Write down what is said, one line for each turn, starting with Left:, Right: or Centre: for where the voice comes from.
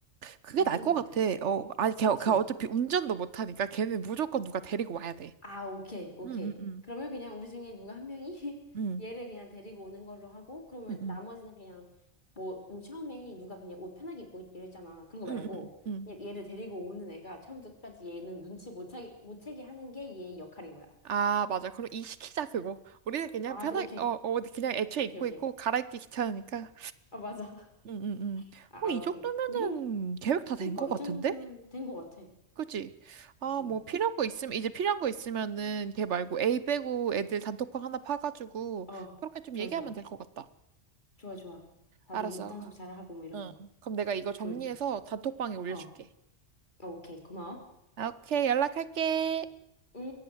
Right: 그게
Left: 의심도
Right: 나을 것
Left: 못하게?
Right: 같아. 어, 아니, 걔,
Left: 그치?
Right: 걔 어차피 운전도 못하니까 걔는 무조건 누가 데리고 와야 돼.
Left: 아, 오케이, 오케이.
Right: 응, 응, 응.
Left: 그러면 그냥 우리 중에 누가 한 명이 <laughs>
Right: 응,
Left: 얘를 그냥 데리고 오는 걸로 하고, 그러면
Right: 응, 응,
Left: 나머지는 그냥, 뭐, 우리 처음에 누가 그냥 옷 편하게 입고 있기로 했잖아. 그런 거
Right: 응,
Left: 말고,
Right: 응, 응.
Left: 그냥 얘를 데리고 오는 애가 처음부터 끝까지 얘는 눈치 못 채게, 못 채게 하는 게 얘의 역할인 거야.
Right: 아, 맞아. 그럼 이 시키자, 그거. 우리는 그냥
Left: 아,
Right: 편하게,
Left: 저- 오케이.
Right: 어, 어, 그냥 애초에
Left: 오케이,
Right: 입고
Left: 오케이.
Right: 있고, 갈아입기 귀찮으니까.
Left: 아, 맞아. <laughs>
Right: 응응응.
Left: 아,
Right: 어, 이
Left: 오케이.
Right: 정도면은
Left: 뭐 이런,
Right: 계획 다 된
Left: 그니까,
Right: 것 같은데?
Left: 이 정도면 된 거 같아.
Right: 그치? 아,
Left: 응.
Right: 뭐 필요한 거 있으면 이제 필요한 거 있으면은 걔 말고 A 빼고 애들 단톡방 하나 파가지고
Left: 어,
Right: 그렇게 좀
Left: 좋아,
Right: 얘기하면
Left: 좋아.
Right: 될 것 같다.
Left: 좋아, 좋아. 다들
Right: 알았어.
Left: 입단속 잘하고 뭐 이러면
Right: 응. 그럼 내가 이거 정리해서
Left: 좋을 듯.
Right: 단톡방에 올려줄게.
Left: 어, 어, 오케이. 고마워.
Right: 아, 오케이, 연락할게.
Left: 응?